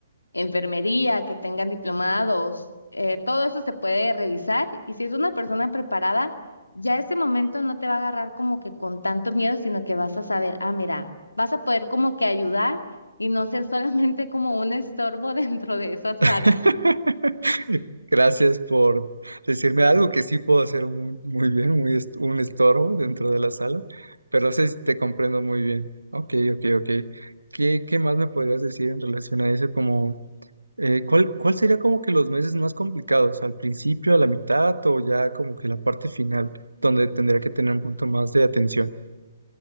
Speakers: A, on the left; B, on the right.
A: enfermería, que tengan diplomados, eh, todo eso se puede revisar y si es una persona preparada, ya ese momento no te va a agarrar como que con tanto miedo, sino que vas a saber, ah, mira, vas a poder como que ayudar y no ser solamente como un estorbo <laughs> dentro de esa sala.
B: <laughs> Gracias por decirme algo que sí puedo hacer muy, muy bien, muy est- un estorbo dentro de la sala, pero sí te comprendo muy bien. Ok, ok, ok. ¿Qué, qué más me podrías decir en relación a eso? Eh, ¿cuál, cuál sería como que los meses más complicados? ¿Al principio, a la mitad o ya como que la parte final, donde tendría que tener un punto más de atención?